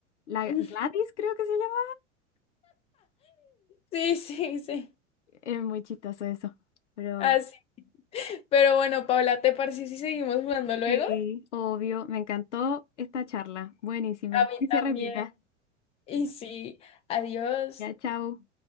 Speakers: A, on the left; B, on the left.
A: la
B: <laughs>
A: Gladys creo que se llama.
B: Sí, sí, sí.
A: Es muy chistoso eso, pero...
B: Así. Pero bueno, Paula, ¿te parece si seguimos jugando luego?
A: Sí, obvio. Me encantó esta charla. Buenísima.
B: A mí
A: Que se
B: también.
A: repita.
B: Y sí, adiós.
A: Ya, chao.